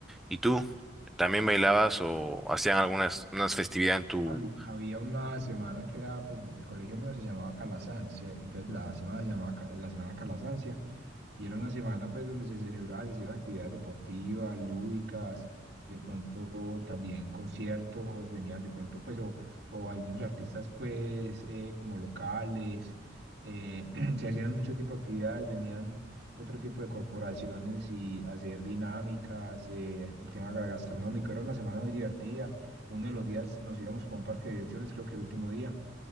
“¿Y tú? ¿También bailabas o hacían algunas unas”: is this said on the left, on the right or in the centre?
Centre